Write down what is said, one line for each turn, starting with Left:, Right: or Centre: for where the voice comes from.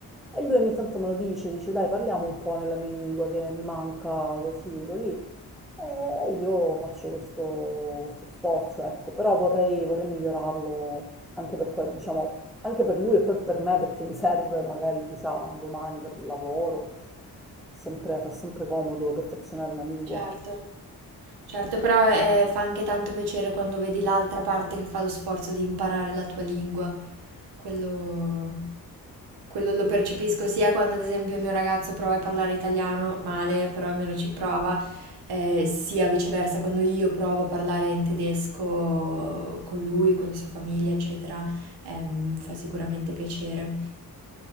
Centre: E lui ogni tanto me lo dice, dice dai parliamo un po' nella mia lingua che mi manca così, così. E io faccio questo, questo sforzo, ecco, però vorrei, vorrei migliorarlo anche per, que- diciamo, anche per lui e poi per me perché mi serve magari chissà un domani per il lavoro, sempre, fa sempre comodo perfezionare una lingua.
Right: certo. Certo, però eh, fa anche tanto piacere quando vedi l'altra parte che fa lo sforzo di imparare la tua lingua. Quello, quello lo percepisco sia quando, ad esempio, il mio ragazzo prova a parlare italiano, male, però almeno ci prova, eh, sia viceversa quando io provo a parlare in tedesco con lui, con la sua famiglia, eccetera. Ehm, fa sicuramente piacere.